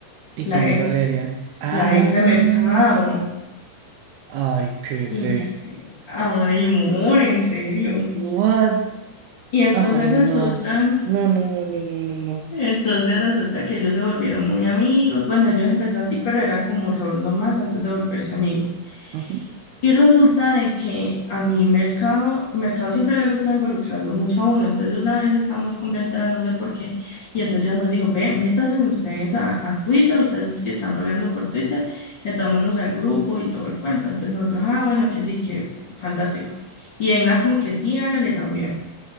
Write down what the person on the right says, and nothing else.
¿Y
quién
es Valeria? Ah,
ay, qué
de
what
Ay,
no. No, no, no, no, no, no, no.
Ujú,